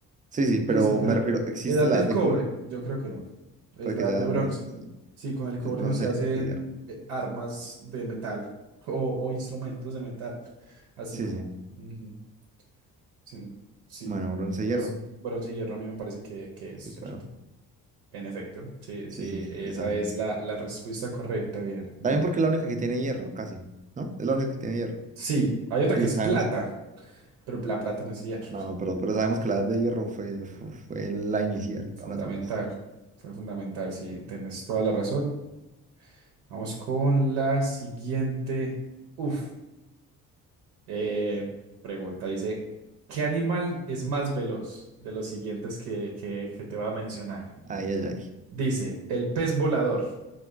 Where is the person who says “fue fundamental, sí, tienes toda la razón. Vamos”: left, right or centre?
Right